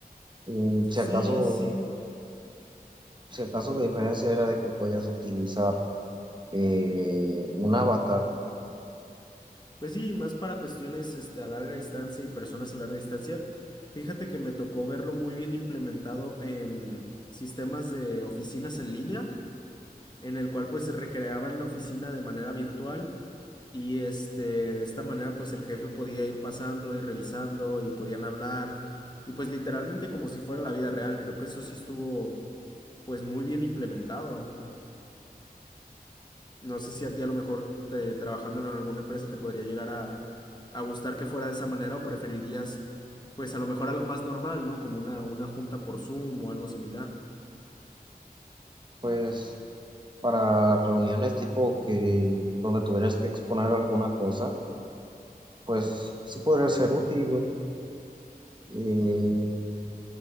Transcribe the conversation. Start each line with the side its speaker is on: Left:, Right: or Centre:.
Right: Y si
Left: Sí,
Right: acaso,
Left: sí,
Right: si acaso la diferencia era de que podías utilizar eh, un avatar,
Left: Pues sí, más para cuestiones este, a larga distancia y personas a larga distancia. Fíjate que me tocó verlo muy bien implementado en sistemas de oficinas en línea, en el cual pues recreaban la oficina de manera virtual y este, de esta manera pues el jefe podía ir pasando y revisando y podían hablar y pues literalmente como si fuera la vida real. Creo que eso sí estuvo pues muy bien implementado. No sé si a ti a lo mejor te- trabajándolo en alguna empresa te podría llegar a, a gustar que fuera de esa manera o preferirías pues a lo mejor algo más normal, ¿no? Como una, una junta por Zoom o algo similar.
Right: pues para reuniones tipo que donde tuvieras que exponer alguna cosa, pues sí podría ser útil. ¿no? eh,